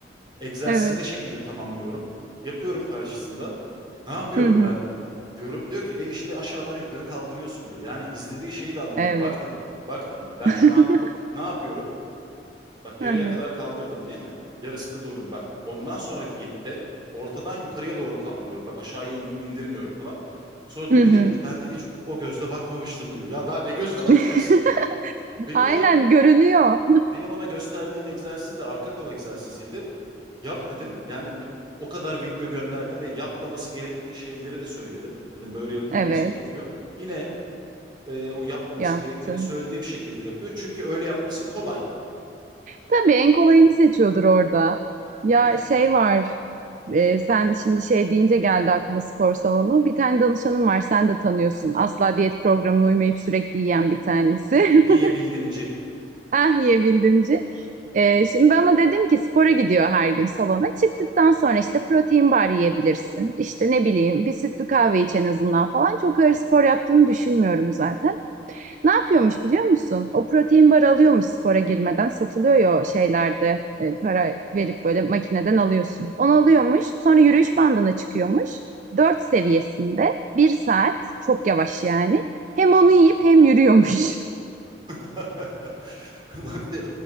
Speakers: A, on the right (about 25°); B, on the right (about 45°).
A: Egzersizi
B: <laughs> Evet.
A: ne şekilde tamamlıyorum? Yapıyorum karşısında. Ne yapıyorum
B: Hı hı.
A: ben diyorum. Diyor ki e işte aşağıdan yukarı kaldırıyorsun diyor. Yani izlediği şeyi de anlamıyor.
B: Evet.
A: Bak dedim. Bak dedim. Ben
B: <laughs>
A: şu an ne yapıyorum? Bak yarıya
B: Hı hı.
A: kadar kaldırdım değil mi? Yarısında durdum bak. Ondan sonraki 7'de ortadan yukarıya doğru kaldırıyorum. Bak aşağıya in- indirmiyorum falan. Sonra dur,
B: Hı
A: evet
B: hı.
A: dedi ben dedi hiç o, o gözle bakmamıştım diyor. Ya daha ne gözle bakacaksın?
B: <laughs>
A: Benim
B: Aynen
A: ona
B: görünüyor.
A: benim ona gösterdiğim egzersiz de arka kol egzersiziydi. Yap dedim. Yani bi- o kadar video gönderdim ve yapmaması gerektiği şeyleri de söyledim. Dedim böyle yapılmaması
B: Evet,
A: gerekiyor. Yine e, o yapmaması
B: yaptı.
A: gerektiğini söylediğim şekilde yapıyor. Çünkü öyle yapması kolay.
B: Tabii en kolayını seçiyordur orada. Ya
A: Aynen.
B: şey var, e, sen şimdi şey deyince geldi aklıma spor salonu. Bir tane danışanım var, sen de tanıyorsun. Asla diyet programına uymayıp sürekli yiyen bir tanesi.
A: Hı, Yiyebildimci.
B: <laughs> Ah yiyebildimci. E, şimdi ben ona dedim ki spora gidiyor her gün salona. Çıktıktan sonra işte protein bar yiyebilirsin. İşte ne bileyim bir sütlü kahve iç en azından falan. Çok ağır spor yaptığını düşünmüyorum zaten. Ne yapıyormuş biliyor musun? O protein bar alıyormuş spora girmeden. Satılıyor ya o şeylerde. e, para verip böyle makineden alıyorsun. Onu
A: Hı.
B: alıyormuş. Sonra yürüyüş bandına çıkıyormuş. 4 seviyesinde. bir saat. Çok yavaş yani. Hem onu yiyip hem yürüyormuş.
A: <laughs> Ulan bir de